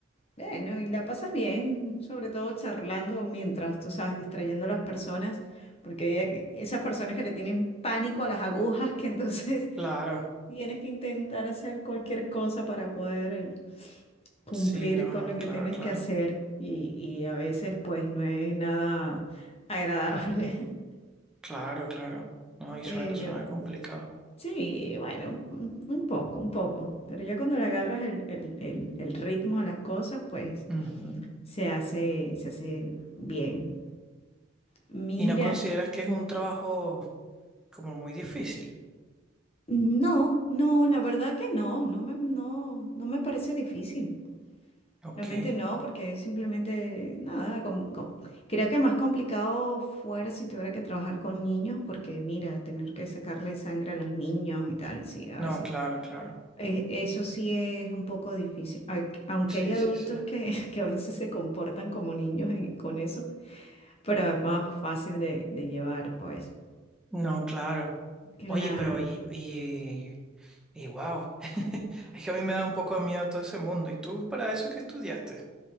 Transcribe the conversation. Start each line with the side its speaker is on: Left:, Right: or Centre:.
Left: bueno, y la pasas bien, sobre todo charlando mientras, tú sabes, distrayendo a las personas, porque esas personas que le tienen pánico a las agujas, que entonces
Centre: Claro.
Left: <laughs> tienes que intentar hacer cualquier cosa para poder cumplir
Centre: Sí, no,
Left: con lo
Centre: no,
Left: que
Centre: claro,
Left: tienes
Centre: claro.
Left: que hacer y, y a veces pues no es nada agradable. <laughs>
Centre: Claro, claro. No, y
Left: Pero
Centre: suena, suena complicado.
Left: sí, bueno, un un poco, un poco. Pero ya cuando le agarras el, el- el- el ritmo a las cosas, pues
Centre: Ujú.
Left: se hace, se hace bien. Mira,
Centre: ¿Y no consideras que es un trabajo como muy difícil?
Left: no, no, la verdad que no, no me, no, no me parece difícil.
Centre: Ok.
Left: Realmente no, porque simplemente nada, com- com- creo que más complicado fuera si tuviera que trabajar con niños, porque mira, tener que sacarle sangre a los niños y tal, sí, a
Centre: No,
Left: veces
Centre: claro, claro.
Left: Eh, Eso sí es un poco difícil, Ay, aunque
Centre: Sí,
Left: hay adultos
Centre: sí, sí.
Left: que, <laughs> que a veces se comportan como niños en- con eso, pero es más fácil de, de llevar, pues.
Centre: No, claro.
Left: Cla-
Centre: Oye, pero y, y, y wow. <laughs> Es que a mí me da un poco de miedo todo ese mundo. ¿Y tú para eso qué estudiaste?